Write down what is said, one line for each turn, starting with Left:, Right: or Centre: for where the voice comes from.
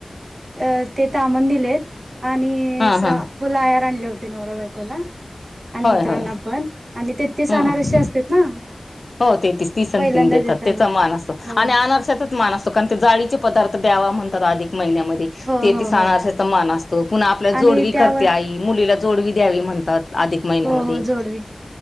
Right: अ ते तामन दिलेस. आणि
Left: हा
Right: सा
Left: हा
Right: फुल आयार आणले होते नवरा बायकोला आणि
Left: होय
Right: इतरांना
Left: होय
Right: पण आणि ते तेचणार
Left: हम्म
Right: अे असते ना.
Left: हो तेतीच ती स
Right: पहिल्यांदा
Left: तन देतात
Right: देताना
Left: त्याचा मान असतो
Right: हो
Left: आणि आनर्शातच मान असतो कारण जाळी. पदार्थ द्यावा म्हणतात आधिक. महिन्या म
Right: हो
Left: ते
Right: हो
Left: सणार
Right: हो
Left: मन असतो पुन्हा आपल्याला
Right: आणि
Left: जोडवी
Right: त्यावर
Left: करते आई मुली. जोडवी द्यावी म्हणतात. अधिक महिन्यामध्ये
Right: हो हो जोडवी